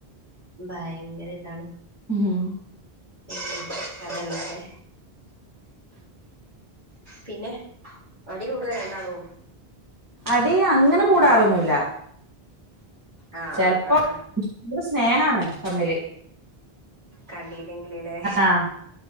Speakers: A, on the right (about 50°); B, on the right (about 20°).
A: ഭയങ്കര ഇതാണ്
B: ഉം
A: ഉം അതെല്ലാതെ പിന്നെ അടി കൂടുവോ രണ്ടാളും
B: അടി അങ്ങനെ കൂടാറൊന്നൂല്ല
A: ആഹ്
B: ചിലപ്പോ
A: ആഹ് ആഹ് ആഹ്
B: ഭയങ്കര സ്നേഹാണ് തമ്മില്
A: കണ്ടയില്ലെങ്കിൽല്ലേ
B: ആഹ്